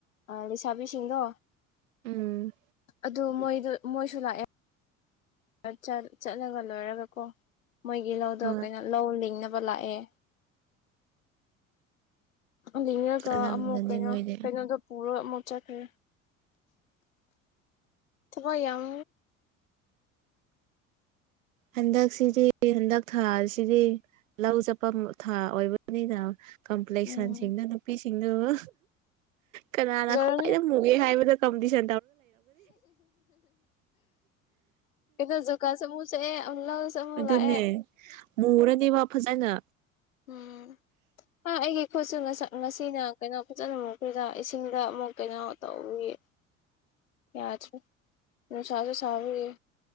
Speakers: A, on the left; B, on the right.
A: ꯑ ꯂꯩꯁꯥꯕꯤꯁꯤꯡꯗꯣ
B: ꯎꯝ
A: ꯑꯗꯨ ꯃꯣꯏꯗ ꯃꯣꯏꯁꯨ ꯂꯥꯛꯑꯦ ꯆꯠ ꯆꯠꯂꯒ ꯂꯣꯏꯔꯒꯀꯣ ꯃꯣꯏꯒꯤ ꯂꯧꯗꯣ
B: ꯍꯣꯏ
A: ꯀꯩꯅꯣ ꯂꯧ ꯂꯤꯡꯅꯕ ꯂꯥꯛꯑꯦ ꯂꯤꯉꯒ
B: ꯆꯠꯂꯝꯒꯅꯤ
A: ꯑꯃꯨꯛ ꯀꯩꯅꯣ
B: ꯃꯣꯏꯗꯤ
A: ꯀꯩꯅꯣꯗꯣ ꯄꯨꯔ ꯑꯃꯨꯛ ꯆꯠꯈꯔꯦ ꯊꯕꯛ ꯌꯥꯝ
B: ꯍꯟꯗꯛꯁꯤꯗꯤ ꯍꯟꯗꯛ ꯊꯥꯁꯤꯗꯤ ꯂꯧ ꯆꯠꯄ ꯊꯥ ꯑꯣꯏꯕꯅꯤꯅ ꯀꯝꯄ꯭ꯂꯦꯛꯁꯟꯁꯤꯡꯗꯨ
A: ꯎꯝ
B: ꯅꯨꯄꯤꯁꯤꯡꯗꯨꯣ ꯀꯅꯥꯅ
A: ꯐꯖꯔꯅꯤ
B: ꯈ꯭ꯋꯥꯏꯗꯩ ꯃꯨ ꯒꯦ ꯍꯥꯕꯗ ꯀꯝꯄꯤꯇꯤꯁ
A: ꯀꯩꯅꯣ ꯖꯣꯝꯀꯥꯠꯁꯨ ꯑꯃꯨꯛ ꯆꯠꯂꯦ ꯂꯧꯁꯨ ꯑꯃꯨꯛ
B: ꯑꯗꯨꯅꯦ
A: ꯂꯥꯛꯑꯦ
B: ꯃꯨꯔꯅꯤ ꯃꯥ ꯐꯖꯅ
A: ꯎꯝ ꯍꯥ ꯑꯩꯒꯤ ꯈꯨꯠꯁꯨ ꯉꯁꯥꯏ ꯉꯁꯤꯅ ꯀꯩꯅꯣ ꯐꯖꯅ ꯑꯃꯨꯛꯈꯣꯏꯗ ꯏꯁꯤꯡꯗ ꯑꯃꯨꯛ ꯀꯩꯅꯣ ꯇꯧꯅꯤ
B: <inaudible>
A: ꯌꯥꯗꯔꯦ ꯅꯨꯡꯁꯁꯨ ꯁꯥꯕꯔꯤꯌꯦ